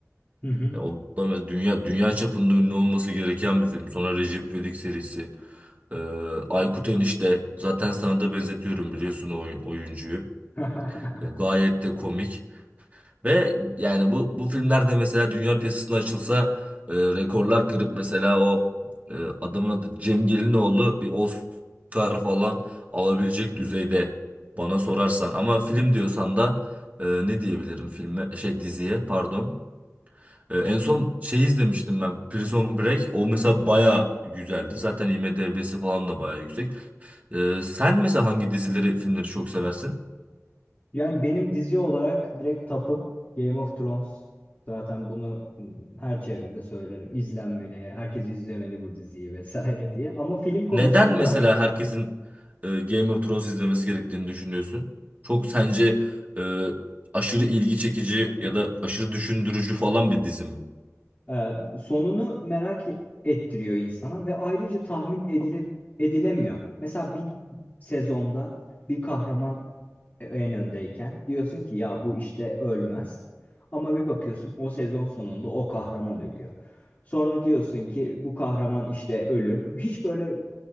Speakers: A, on the left; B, on the right.
A: Hı hı.
B: E, o da mes- dünya dünya çapında ünlü olması gereken bir film. Sonra Recep İvedik serisi. E, Aykut Enişte. Zaten sana da benzetiyorum biliyorsun o oy- oyuncuyu.
A: <laughs>
B: E, gayet de komik. Ve yani bu bu filmler de mesela dünya piyasasına açılsa e, rekorlar kırıp mesela o e, adamın adı Cem Gelinoğlu bir Oscar falan alabilecek düzeyde bana sorarsan. Ama film diyorsan da e, ne diyebilirim filme şey diziye pardon. E, en son şey izlemiştim ben Prison Break. O mesela baya güzeldi. Zaten IMDb'si falan da baya yüksek. E, sen mesela hangi dizileri filmleri çok seversin?
A: Yani benim dizi olarak direkt tapım Game of Thrones. Zaten bunu m, her çevrede söylerim. İzlenmeli, herkes izlemeli bu diziyi vesaire diye. Ama film konusunda
B: Neden mesela herkesin e, Game of Thrones izlemesi gerektiğini düşünüyorsun? Çok sence e, aşırı ilgi çekici
A: e,
B: ya da aşırı düşündürücü falan bir dizi mi?
A: e, sonunu merak ettiriyor insana ve ayrıca tahmin edile, edilemiyor. Mesela bir sezonda bir kahraman e, en öndeyken diyorsun ki ya bu işte ölmez. Ama bir bakıyorsun o sezon sonunda o kahraman ölüyor. Sonra diyorsun ki bu kahraman işte ölür. Hiç böyle